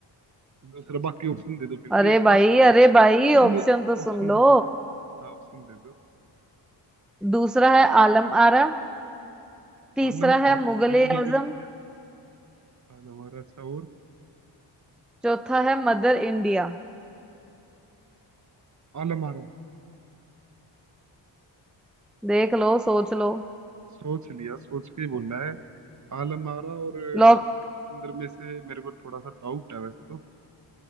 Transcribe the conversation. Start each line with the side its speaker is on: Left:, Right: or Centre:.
Right: दूसरा बाकी ऑप्शन दे दो फिर
Centre: अरे
Right: भी एक
Centre: भाई
Right: बार
Centre: अरे भाई
Right: नहीं
Centre: ऑप्शन
Right: नहीं
Centre: तो सुन
Right: ऑप्शन
Centre: लो
Right: तो दे दो हाँ ऑप्शन दे दो
Centre: दूसरा है आलम आरा तीसरा
Right: आलम
Centre: है
Right: आरा
Centre: मुगल
Right: यार
Centre: ए
Right: ये
Centre: आजम
Right: भी लग रही है आलम आरा अच्छा और
Centre: चौथा है मदर इंडिया
Right: आलम आरा
Centre: देख लो सोच लो
Right: सोच लिया सोच के ही बोलना है आलम आरा और
Centre: लॉक
Right: राजा हरिश्चंद्र में से मेरे को थोड़ा सा डाउट है वैसे तो